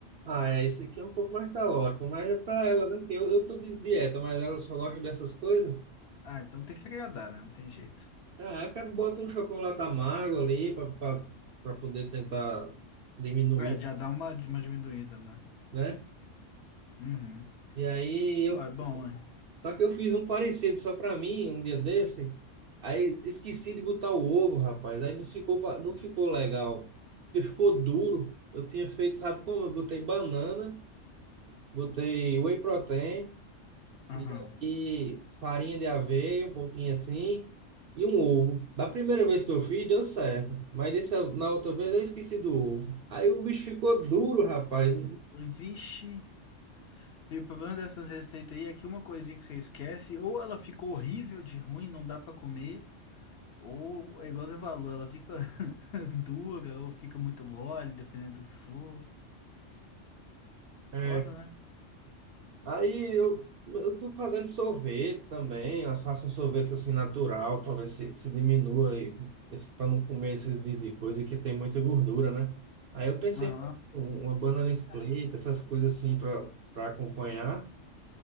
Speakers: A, on the right; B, on the left.
A: Ah, é, isso aqui é um pouco mais calórico, mas é para ela, né? Que Eu, eu tô de dieta, mas ela só gosta dessas coisas.
B: Ah, então tem que agradar, né? Não tem jeito.
A: É, cara, bota um chocolate amargo ali para poder tentar diminuir,
B: É, já dá uma, uma diminuída, né?
A: né?
B: Uhum.
A: E aí
B: Ó,
A: eu,
B: é bom, é.
A: só que eu fiz um parecido só para mim um dia desse. Aí esqueci de botar o ovo, rapaz. Aí não ficou pa- não ficou legal. Porque ficou duro. Eu tinha feito, sabe como? Eu botei banana, botei whey protein
B: Aham.
A: E aí, farinha de aveia, um pouquinho assim, e um ovo. Da primeira vez que eu fiz, deu certo. Mas dessa, na outra vez eu esqueci do ovo. Aí o bicho ficou duro, rapaz.
B: Vixe. E o problema dessas receitas aí é que uma coisinha que você esquece, ou ela fica horrível de ruim, não dá pra comer, ou é igual você falou, ela fica <laughs> dura ou fica muito mole, dependendo do que for.
A: É,
B: Foda, né?
A: Aí eu, eu tô fazendo sorvete também. Eu faço um sorvete assim natural para ver se, se diminua aí, para não comer esses de, de coisa que tem muita gordura, né? Aí eu pensei
B: Aham.
A: em fazer um- uma banana split,
B: Tá.
A: essas coisas assim para para acompanhar.